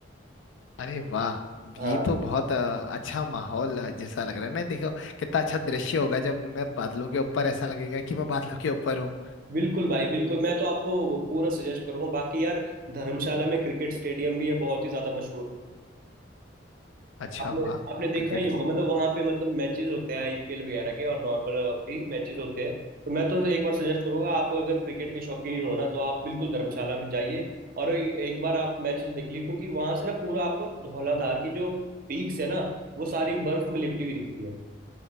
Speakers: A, on the left; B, on the right.
A: अरे वाह
B: हाँ
A: ये तो बहुत अ, अच्छा माहौल अ, जैसा लग रहा है ना देखो कितना अच्छा दृश्य होगा जब मैं बादलों के ऊपर ऐसा लगेगा कि मैं बादलों के ऊपर हूँ
B: बिल्कुल भाई बिल्कुल मैं तो आपको पूरा सजेस्ट करूंगा बाकी यार धर्मशाला में क्रिकेट स्टेडियम भी है बहुत ही ज़्यादा मशहूर
A: अच्छा
B: आपने
A: वाह
B: आपने देखा
A: क्रिकेट
B: ही होगा मतलब वहां पे मतलब मैचेस होते हैं आईपीएल वगैरह के और नॉर्मल भी मैचेस होते हैं तो मैं तो एक बार सजेस्ट करूंगा आप अगर क्रिकेट के शौकीन हो ना तो आप बिल्कुल धर्मशाला में जाइए और ए- एक बार आप मैचेस देख लीजिए क्योंकि वहां से ना पूरा आपको धौलाधार की जो पीक्स है ना वो सारी बर्फ में लिपटी हुई दिखती है